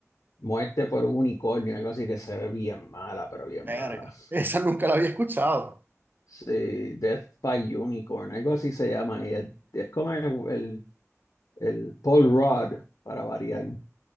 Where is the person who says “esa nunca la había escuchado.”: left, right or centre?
Right